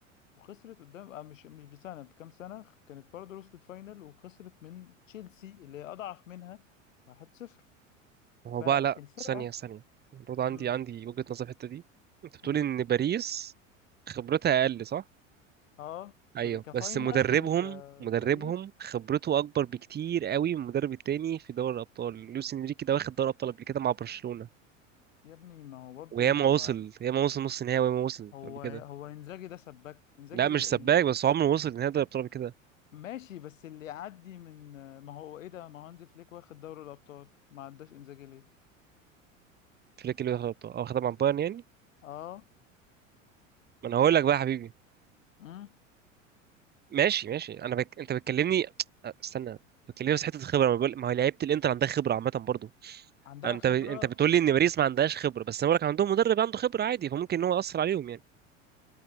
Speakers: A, on the left; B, on the right.
A: وخسرت قدام آه مش مش بسنه بكام سنه كانت برضه وصلت فاينل وخسرت من تشيلسي اللي هي اضعف منها 1-0
B: هو
A: فالفرقه
B: بقى لا ثانية ثانية برضه عندي
A: امم
B: عندي وجهة نظر في الحتة دي انت بتقول
A: امم
B: ان باريس خبرتها اقل صح؟
A: اه
B: ايوه
A: في- كفاينل
B: بس مدربهم
A: وكتاريخ
B: مدربهم خبرته اكبر بكتير قوي من المدرب التاني في دوري الابطال لويس انريكي ده واخد دوري الابطال قبل كده مع برشلونة
A: يا ابني ما هو برضه
B: وياما
A: هو
B: وصل ياما وصل نص نهائي وياما وصل
A: هو
B: قبل كده
A: هو انزاجي ده سباك انزاجي
B: لا
A: اللي
B: مش سباك
A: اللي-
B: بس عمره ما وصل نهائي دوري الابطال قبل كده
A: ماشي بس اللي يعدي من ما هو ايه ده ما هو هانز فليك واخد دوري الابطال ما عداش انزاجي ليه
B: فليك اللي واخد الابطال او واخدها مع بايرن يعني
A: اه
B: ما انا هقول لك بقى يا حبيبي
A: امم
B: ماشي ماشي انا بك... انت بتكلمني استنى بتكلمني في حته الخبره ما بقول ما هو لعيبه الانتر عندها خبره عامه برضو
A: عندها
B: انا انت
A: خبره
B: ب... انت بتقول لي ان باريس ما عندهاش خبره بس انا بقول لك عندهم مدرب عنده خبره عادي فممكن ان هو ياثر عليهم يعني